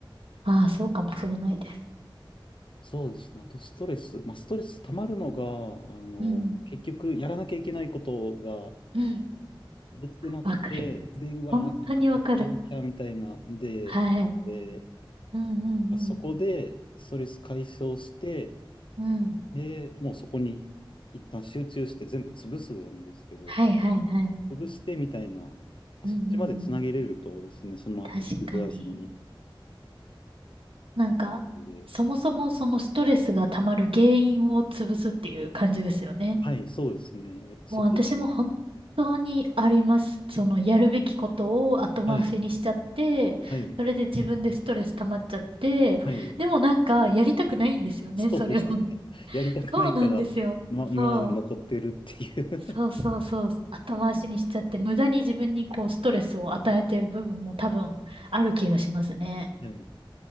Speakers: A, on the right (about 85°); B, on the left (about 65°).
A: ああ、そうかもしれないです。
B: そうですね。あとストレス。まあ、ストレス溜まるのが、あの、
A: うん。
B: 結局やらなきゃいけないこと
A: うん。
B: できてなくて、
A: わかる。
B: で、うわー、
A: 本当にわかる。
B: なんか待ってやらなきゃみたいなんで、
A: はい。
B: あって
A: うんうん
B: あそこでストレス解消して、
A: うん。うん。
B: で、もうそこに一旦集中して全部潰すじゃないですけど、
A: はいはいはい。う
B: 潰してみたいな、あそっちまでつなげれるとですね、
A: んうんうん。
B: その後引きずらずに
A: 確かに。なんか、
B: いくので、
A: そもそもそのストレスが溜まる原因を潰すっていう感じですよね。
B: はい、そうですね。やっぱそこで、
A: もう私も本当にあります。そのやるべきことを後回しにしちゃって、
B: はい、はい、
A: それで自分でストレス溜まっちゃって、
B: はい、
A: でもなんかやりたくないんですよね、
B: そうですね。
A: それを。<laughs>
B: <laughs> やりたくないから、
A: そうなんですよ。
B: ま、今まで残ってるっていう。
A: そう。そうそうそう。後回しにしちゃって、無駄に自分にこうストレスを与えてる部分も多分ある気がしますね。
B: はい